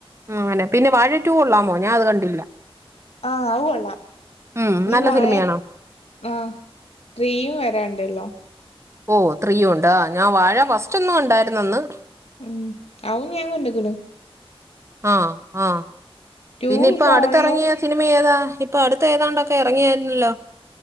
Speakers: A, on the right; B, on the left.
A: ഉ അങ്ങനെ പിന്നെ വാഴ ടു കിള്ളാമോ ഞാൻ അത് കണ്ടില്ല.
B: ആഹ് അത് കൊള്ളാം
A: ഉം,
B: ഇനി
A: നല്ല
B: വാഴ
A: സിനിമയാണോ
B: ആഹ് ത്രീയും വരാണ്ടല്ലോ.
A: ഓ ത്രീയുണ്ടോ ഞാൻ വാഴ ഫസ്റ്റ് ഒന്ന് കണ്ടായിരുന്നന്ന്..
B: ഉമ് അതും ഞാൻ കണ്ട്ക്ക്ണ്.
A: ആഹ് ആഹ്
B: ടു
A: പിന്നെ ഇപ്പൊ
B: ഫോണിലും
A: അടുത്ത്റങ്ങിയാ സിനിമ ഏതാ ഇപ്പൊഅടുത്തേതാണ്ടൊക്കെ ഇറങ്ങിയായിരുന്നല്ലോ?